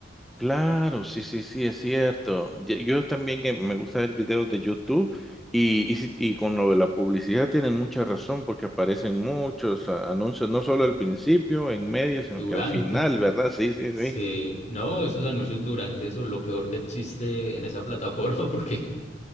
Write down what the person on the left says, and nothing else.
Durante,
sí,
no, esos anuncios durante eso es lo peor que existe en esa plataforma <laughs> porque